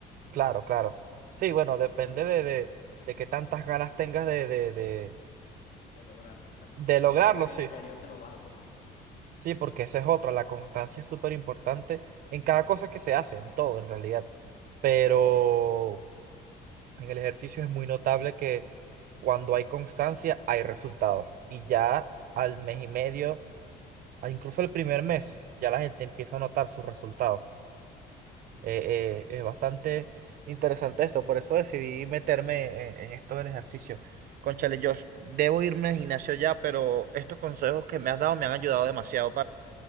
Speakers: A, on the right; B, on the left.
A: Claro, claro. Sí, bueno, depende de, de, de qué tantas ganas tengas de, de, de,
B: de lograrlo, exacto.
A: de lograrlo,
B: Y qué tan en
A: sí.
B: serio te lo vas a tomar.
A: Sí, porque esa es otra, la constancia es súper importante en cada cosa que se hace, en todo en realidad. Pero en el ejercicio es muy notable que cuando hay constancia hay resultados. Y ya al mes y medio, a incluso el primer mes, ya la gente empieza a notar sus resultados. Eh, eh, es bastante interesante esto, por eso decidí meterme en, en esto del ejercicio. Cónchale, yo debo irme al gimnasio ya, pero estos consejos que me has dado me han ayudado demasiado